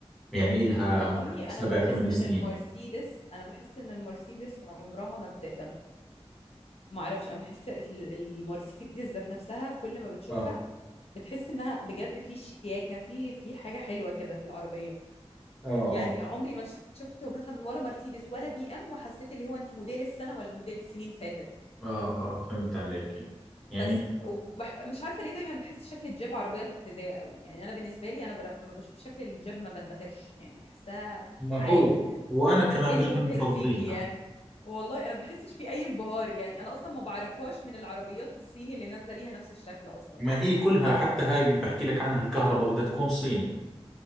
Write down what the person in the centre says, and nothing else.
يعني إلها
مثلاً سبع
ثمان سنين
اه
اه اه
اه اه فهمت عليكي يعني
ما هو
وانا كمان
مش
من مفضلينها
ما هي كلها حتى هاي اللي بحكي لك عنها الكهرباء بدها تكون صيني